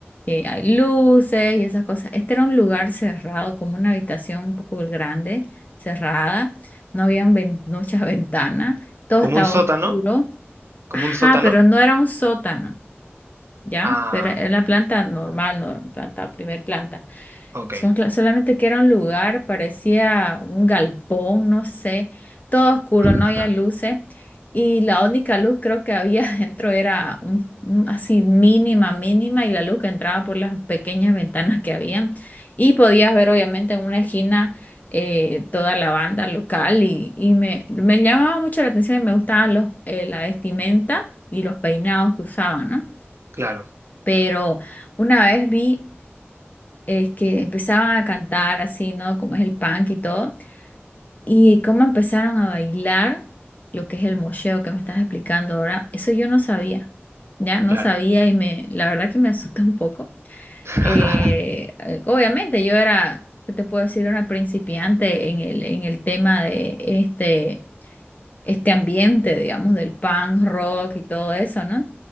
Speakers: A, on the left (about 40°); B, on the right (about 75°).
A: eh, hay luces y esas cosas. Este era un lugar cerrado, como una habitación un poco grande, cerrada, no había muchas <laughs> ventanas, todo
B: como
A: estaba
B: un sótano,
A: oscuro,
B: como
A: ajá,
B: un sótano.
A: pero no era un sótano. ¿ya?
B: Ah,
A: Pero era una planta normal, no, planta, primer planta.
B: ok,
A: Son-
B: <laughs>
A: solamente que era un lugar, parecía un galpón, no sé, todo oscuro,
B: ajá,
A: no había luces. Y la única luz creo que había <laughs> dentro era un- un- así mínima, mínima, y la luz que entraba por las pequeñas ventanas que habían. Y podías ver obviamente en una esquina eh, toda la banda local y, y me, me llamaba mucho la atención y me gustaban los, eh, la vestimenta y los peinados que usaban, ¿no?
B: claro,
A: Pero una vez vi eh, que empezaban a cantar así, ¿no? Como es el punk y todo, y cómo empezaron a bailar lo que es el mosheo que me estás explicando ahora, eso yo no sabía, ya no
B: claro,
A: sabía y me, la verdad que me asusté un poco.
B: <laughs>
A: Eh, eh, obviamente yo era, ¿qué te puedo decir? Una principiante en el, en el tema de este este ambiente, digamos, del punk rock y todo eso, ¿no?